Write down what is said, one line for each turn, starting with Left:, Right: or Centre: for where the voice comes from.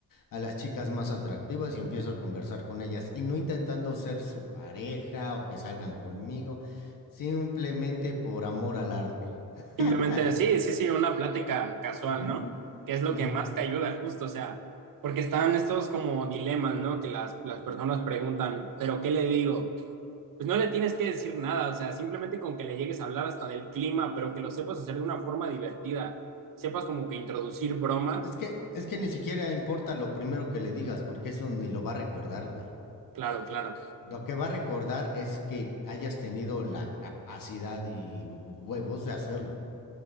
Left: a las chicas más atractivas y empiezo a conversar con ellas. Y no intentando ser su pareja o que salgan conmigo, simplemente por amor al arte. <laughs>
Right: Simplemente, sí, sí, sí, una plática casual,
Left: Ujú,
Right: ¿no? Que es lo
Left: ujú.
Right: que más te ayuda, justo, o sea, porque están estos como dilemas, ¿no? Que las, las personas preguntan, ¿pero qué le digo? Pues no le tienes que decir nada, o sea, simplemente con que le llegues a hablar hasta del clima, pero que lo sepas hacer de una forma divertida, sepas como que introducir bromas.
Left: Es que,
Right: Oh,
Left: es que ni siquiera importa lo primero que le digas, porque eso ni lo va a recordar, güey.
Right: Claro, claro,
Left: Lo que va a recordar es que hayas tenido la capacidad y huevos de hacerlo.